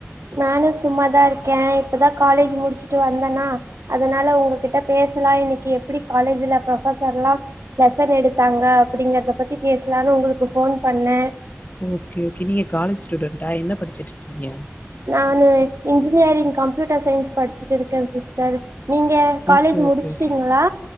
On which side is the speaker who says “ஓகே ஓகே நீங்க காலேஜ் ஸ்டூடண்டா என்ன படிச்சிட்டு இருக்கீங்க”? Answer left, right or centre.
Left